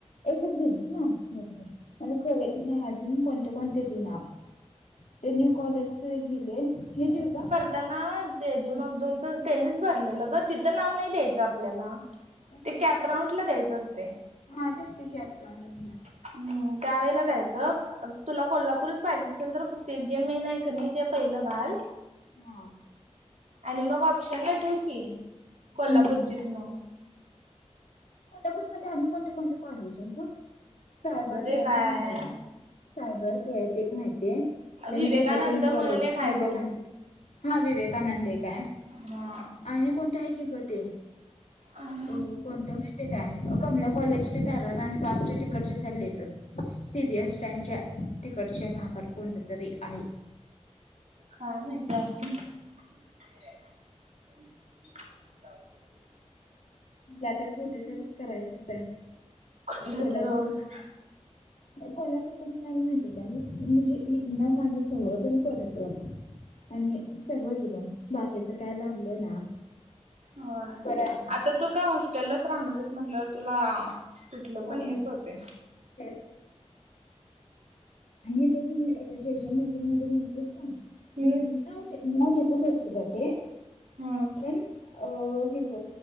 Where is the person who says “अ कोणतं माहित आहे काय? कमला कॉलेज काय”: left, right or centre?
Left